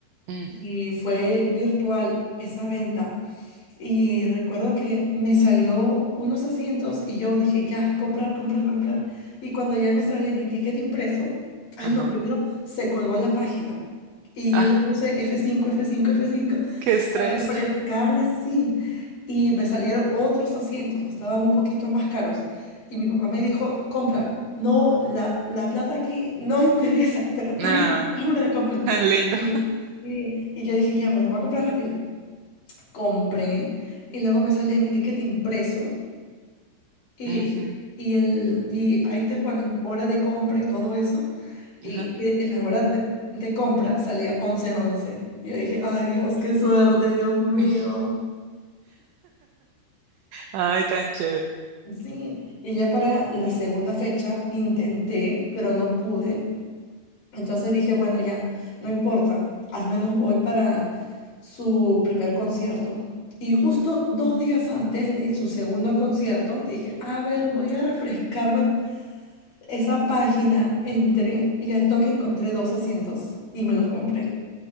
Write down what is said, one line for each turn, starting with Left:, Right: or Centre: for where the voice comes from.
Right: Mm,
Left: y fue virtual esa venta. Y recuerdo que me salió unos asientos y yo dije, ya, comprar, comprar, comprar. Y cuando ya me sale mi ticket impreso, ay
Right: ajá,
Left: no, primero se colgó la página. Y yo
Right: ah,
Left: le puse f cinco f cinco f cinco
Right: qué estrés,
Left: a refrescarla, sí. Y me salieron otros asientos que estaban un poquito más caros. Y mi papá me dijo, compra, no, la, la plata aquí no <laughs> interesa, pero compra,
Right: ah,
Left: compra, compra.
Right: tan lindo.
Left: Y, y- y yo dije, ya, bueno, voy a comprar rápido compré y luego me sale mi ticket impreso y,
Right: <laughs>
Left: y, el, y ahí te ponen hora de compra y todo eso. Y,
Right: Ajá.
Left: y- y la hora de, de compra salía once once Y yo dije, ay Dios, qué suerte, Dios mío.
Right: <laughs> Ay, tan chévere.
Left: Sí, y ya para la segunda fecha intenté, pero no pude. Entonces dije, bueno, ya, no importa, al menos voy para su primer concierto. Y justo dos días antes de su segundo concierto, dije, a ver, voy a refrescarme esa página. Entré y al toque encontré dos asientos y me los compré.